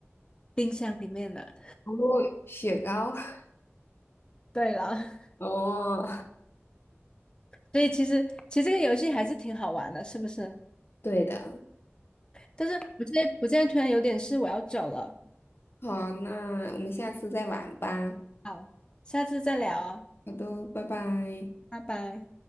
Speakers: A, on the left; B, on the left.
A: 冰箱里面的。
B: 哦，雪糕。<laughs>
A: 对了，<laughs>
B: 哦，
A: 所以其实其实这个游戏还是挺好玩的，是不是？
B: <laughs> 对的。
A: 但是我现在我现在突然有点事，我要走了。
B: 好，那我们下次再玩吧。
A: 好，下次再聊啊，
B: 好的，拜拜。
A: 拜拜。